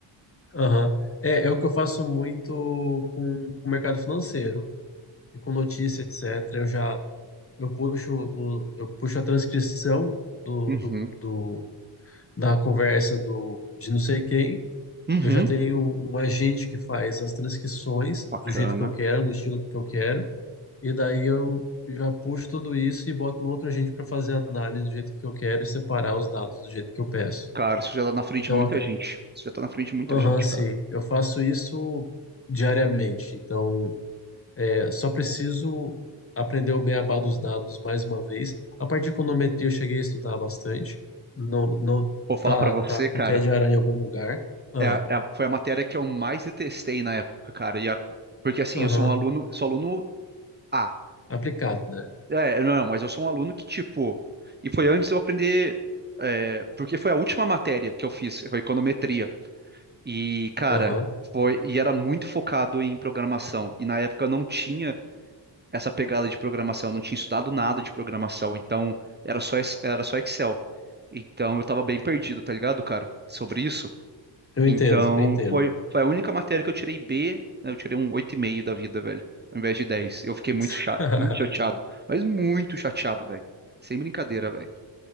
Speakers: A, on the left; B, on the right.
A: aham. É, é o que eu faço muito com, com o mercado financeiro, e com notícia, etc. Eu já eu puxo, o, eu puxo a transcrição do,
B: Uhum.
A: do, do- da conversa do, de não sei quem.
B: Uhum.
A: Eu já tenho um um agente que faz as transcrições do
B: Bacana.
A: jeito que eu quero, do estilo que eu quero. E daí eu já puxo tudo isso e boto no outro agente para fazer a análise do jeito que eu quero e separar os dados do jeito que eu peço.
B: Cara, isso já tá na frente
A: Então,
B: de muita
A: aca-
B: gente. Isso já tá na frente de muita
A: aham,
B: gente,
A: sim,
B: cara.
A: eu faço isso diariamente. Então, é, só preciso aprender o beabá dos dados mais uma vez. A parte de econometria eu cheguei a estudar bastante. Não, não
B: Vou falar
A: tá,
B: pra você,
A: tá com
B: cara.
A: teia de aranha em algum lugar. Ah,
B: É, a- é a- foi a matéria que eu mais detestei na época, cara. E a- porque assim,
A: aham,
B: eu sou um aluno, sou aluno A.
A: aplicado, né?
B: É, não, mas eu sou um aluno que, tipo, e foi antes de eu aprender, é, porque foi a última matéria que eu fiz, foi econometria. E, cara,
A: Aham,
B: foi, e era muito focado em programação. E na época eu não tinha essa pegada de programação, eu não tinha estudado nada de programação, então era só, es- era só Excel. Então eu tava bem perdido, tá ligado, cara, sobre isso.
A: eu
B: Então,
A: entendo, eu entendo.
B: foi, foi a única matéria que eu tirei B, né, eu tirei um 8,5 da vida, velho, ao invés de dez Eu fiquei muito
A: <laughs>
B: chato, muito chateado, mas muito chateado, velho. Sem brincadeira, velho,